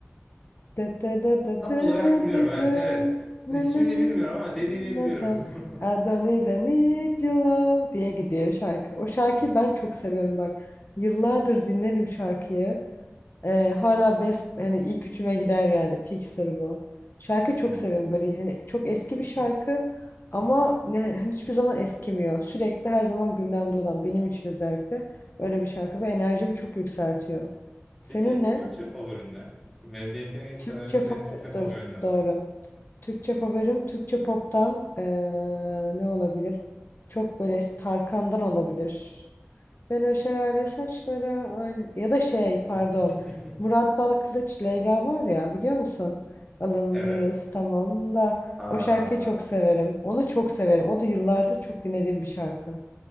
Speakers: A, on the left (about 55°); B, in the centre.
A: Dı dı dı dı
B: Tam
A: dı
B: olarak biliyorum
A: dı
B: evet.
A: dı.
B: Evet.
A: Nı
B: İsmini
A: nı nı
B: bilmiyorum
A: nı.
B: ama dediğini
A: Nı
B: biliyorum.
A: da.
B: <laughs>
A: I don't need, I need your love diye gidiyor şarkı. O şarkıyı
B: Evet.
A: ben çok seviyorum bak. Yıllardır dinlerim şarkıyı. Ee, hala best hani ilk üçüme girer yani. Fixer bu. Şarkıyı çok
B: Hmm.
A: seviyorum böyle hani çok eski bir şarkı ama ne, hani hiçbir zaman eskimiyor. Sürekli her zaman gündemde olan benim için özellikle öyle bir şarkı ve enerjimi çok yükseltiyor. Senin
B: Peki
A: ne?
B: Türkçe favorin ne? Benim, benimkine geçmeden
A: Türkçe
B: önce senin
A: favori,
B: Türkçe favorin
A: dur,
B: de merak
A: doğru. Türkçe favorim Türkçe pop'tan eee, ne olabilir? Çok böyle Tarkan'dan olabilir. Ben o şelale saçlara aynı ya da şey pardon.
B: ettim.
A: Murat Dal Kılıç Leyla var ya biliyor musun? Alımlıyız
B: <laughs> Evet.
A: tamam da
B: Ha,
A: o şarkıyı çok severim. Onu çok severim. O da yıllardır çok dinlediğim bir şarkı.